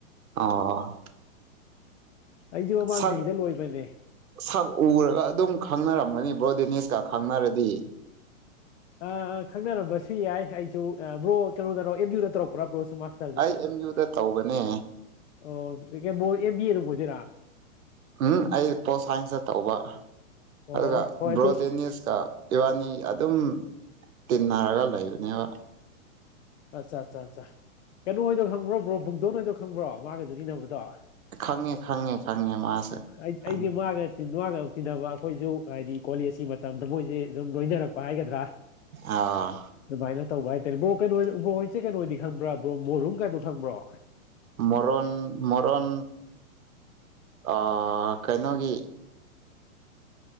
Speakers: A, on the right; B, on the left.
A: ꯑꯣ
B: ꯑꯩꯖꯨ ꯃꯃꯥꯡ
A: ꯁꯛ
B: ꯆꯍꯤꯗ ꯂꯣꯏꯕꯅꯦ
A: ꯁꯛ ꯎꯔꯒ ꯑꯗꯨꯝ ꯈꯪꯅꯔꯝꯒꯅꯤ ꯕ꯭ꯔꯣ ꯗꯦꯅꯦꯁꯀ ꯈꯪꯅꯔꯗꯤ
B: ꯑ ꯑ ꯈꯪꯅꯔꯝꯕꯁꯨ ꯌꯥꯏ ꯑꯩꯁꯨ ꯕ꯭ꯔꯣ ꯀꯩꯅꯣꯗꯔꯣ ꯑꯦꯝ ꯌꯨꯗ ꯇꯧꯔꯛꯄ꯭ꯔꯥ ꯕ꯭ꯔꯣꯁꯨ ꯃꯥꯁ
A: ꯑꯩ ꯑꯦꯝ ꯌꯨꯗ ꯇꯧꯕꯅꯦ
B: ꯑꯣ ꯕ꯭ꯔꯣ ꯑꯦꯝ ꯕꯤ ꯑꯦ ꯑꯗꯨꯝ ꯑꯣꯏꯗꯣꯏꯔꯥ
A: ꯎꯝ ꯑꯩ ꯄꯣꯠ ꯁꯥꯏꯟꯁꯇ ꯇꯧꯕ
B: ꯑꯣ
A: ꯑꯗꯨꯒ
B: ꯍꯣꯏ ꯑꯗꯨ
A: ꯕ꯭ꯔꯣ ꯗꯦꯅꯤꯁꯀ ꯏꯕꯥꯅꯤ ꯑꯗꯨꯝ ꯇꯤꯟꯅꯔꯒ ꯂꯩꯕꯅꯦꯕ
B: ꯑꯠꯆꯥ ꯑꯠꯆꯥ ꯑꯠꯆꯥ ꯀꯩꯅꯣ ꯍꯣꯏꯗꯣ ꯈꯪꯕ꯭ꯔꯣ ꯕ꯭ꯔꯣ ꯕꯨꯡꯗꯣꯟ ꯍꯣꯏꯗꯣ ꯈꯪꯕ꯭ꯔꯣ ꯃꯥꯒꯁꯨ ꯇꯤꯟꯅꯕꯗꯣ ꯑꯣ
A: ꯈꯪꯉꯦ ꯈꯪꯉꯦ ꯈꯪꯉꯦ ꯃꯥꯁꯦ
B: ꯑꯩ
A: ꯈꯪꯉꯦ
B: ꯑꯩꯗꯤ ꯃꯥꯒ ꯅꯨꯡ ꯋꯥꯔꯒ ꯇꯤꯟꯅꯕ ꯑꯩꯈꯣꯏꯁꯨ ꯍꯥꯏꯗꯤ ꯀꯣꯂꯦꯖꯀꯤ ꯃꯇꯝꯗ ꯃꯣꯏꯁꯦ ꯑꯗꯨꯝ ꯂꯣꯏꯖꯔꯛꯄ ꯍꯥꯏꯒꯗ꯭ꯔꯥ
A: ꯑꯥ
B: ꯑꯗꯨꯃꯥꯏꯅ ꯇꯧꯕ ꯍꯥꯏꯇꯥꯔꯦ ꯕ꯭ꯔꯣ ꯀꯩꯅꯣ ꯕ꯭ꯔꯣ ꯍꯣꯏꯁꯦ ꯀꯩꯅꯣꯗꯤ ꯈꯪꯕ꯭ꯔꯥ ꯕ꯭ꯔꯣ ꯕꯣꯔꯨꯝ ꯀꯥꯏꯅ ꯈꯪꯕ꯭ꯔꯣ
A: ꯃꯣꯔꯣꯟ ꯃꯣꯔꯣꯟ ꯑ ꯀꯩꯅꯣꯒꯤ